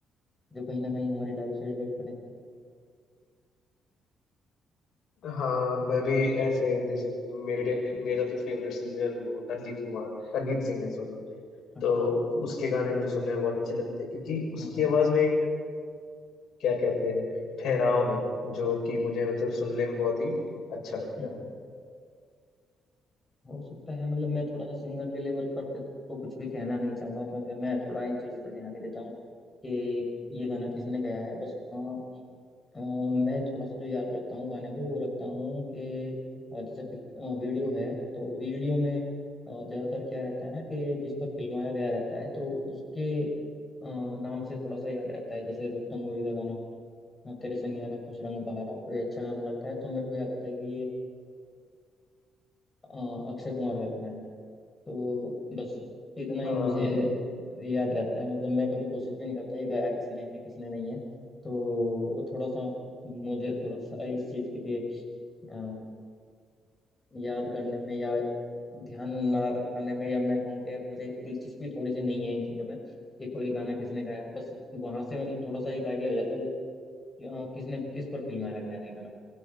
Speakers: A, on the left; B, on the left.
A: जो कहीं ना कहीं हमारी लाइफ से रिलेट करें
B: हाँ मैं भी ऐसे जैसे मेरे मेरा तो फेवरेट सिंगर वो अरिजीत कुमार है अरिजीत सिंह है सॉरी
A: अच्छा
B: तो
A: और देखते हैं
B: उसके गाने मुझे सुनने में बहुत अच्छे लगते हैं क्योंकि उसकी
A: हम्म,
B: आवाज में एक क्या कहते हैं ठहराव है जो कि मुझे मतलब सुनने में बहुत ही अच्छा लगता
A: हम्म।
B: है
A: हो सकता है मतलब मैं थोड़ा सा सिंगर के लेवल पर पे तो कुछ भी कहना नहीं चाहूंगा क्योंकि मैं थोड़ा इन चीज़ों पर ध्यान नहीं देता हूँ कि ये गाना किसने गाया है बस हाँ अ, मैं थोड़ा सा जो याद रखता हूँ गाने को वो रखता हूँ कि अ, जैसे पिक- अ, वीडियो है तो वीडियो में अ, ज़्यादातर क्या रहता है ना कि जिस पर फिल्माया गया रहता है तो उसके अ, नाम से थोड़ा सा याद रहता है जैसे रुस्तम मूवी का गाना अ, तेरे संग यारा खुश रंग बहारा तो ये अच्छा गाना लगता है तो मेरे को याद आता है कि ये अ, अक्षय कुमार का गाना है तो बस इतना ही
B: हाँ
A: मुझे याद रहता है मतलब मैं कभी कोशिश भी नहीं करता ये गाया किसने है किसने नहीं है तो वो थोड़ा सा मुझे थोड़ा सा इस चीज़ के लिए अ, याद करने में या ध्यान ना रख पाने में या मैं कहूँ कि मुझे दिलचस्पी थोड़ी सी नहीं है इन चीज़ों में कि कोई गाना किसने गाया है बस वहां से मतलब थोड़ा सा एक आइडिया हो जाता है कि अ, किसने किस पर फिल्माया गया है गाना